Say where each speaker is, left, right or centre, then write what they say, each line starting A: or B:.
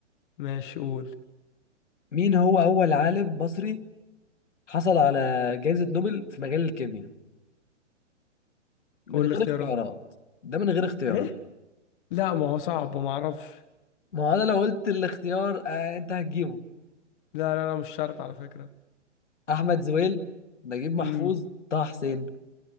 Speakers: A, on the left (about 45°); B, on the left (about 70°).
A: ماشي قول
B: مين هو أول عالم مصري حصل على جائزة نوبل في مجال الكيمياء من
A: قول
B: غير
A: الاختيارات
B: اختيارات ده من غير اختيارات
A: ايه لا ما هو صعب وما اعرفش
B: ما هو أنا لو قلت الاختيار آه أنت هتجيبه
A: لا لا لا مش شرط على فكرة
B: أحمد زويل نجيب محفوظ
A: امم
B: طه حسين